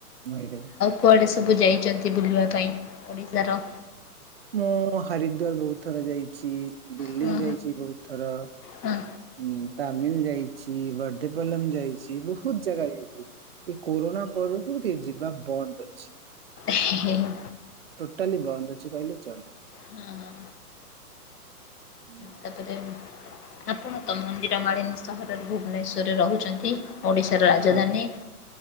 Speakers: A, on the right; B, on the left.
A: ବହିରେ ବି।
B: କୁଆଡ଼େ ସବୁ ଯାଇଛନ୍ତି ବୁଲିବା ପାଇଁ ଓଡ଼ିଶାର?
A: ମୁଁ ହରିଦ୍ୱାର ବହୁତ ଥର ଯାଇଛି ଦିଲ୍ଲୀ
B: ହଁ
A: ଯାଇଛି ବହୁତ ଥର।
B: ହଁ
A: ଉଁ ତାମିଲ ଯାଇଛି ବର୍ଦ୍ଧେପଲମ ଯାଇଛି ବହୁତ ଜାଗା ଯାଇଛି। କୋରୋନା ପରଠୁ ଟିକେ ଯିବା ବନ୍ଦ ଅଛି।
B: ହେ ହେ ହେ।
A: ଟୋଟାଲି ବନ୍ଦ ଅଛି କହିଲେ ଚଳେ।
B: ହଁ ହଁ।
A: ହୁଁ।
B: ତାପରେ ଆପଣ ତ ମନ୍ଦିର ମାଳିନୀ ସହରରେ ଭୁବନେଶ୍ୱରରେ ରହୁଛନ୍ତି। ଓଡ଼ିଶାର ରାଜଧାନୀ
A: ହଁ